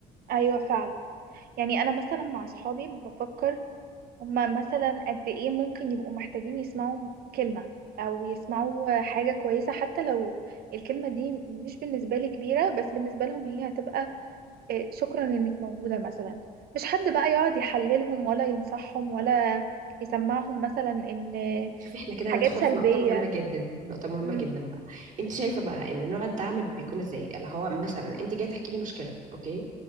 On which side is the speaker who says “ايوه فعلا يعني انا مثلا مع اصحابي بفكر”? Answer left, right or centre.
Right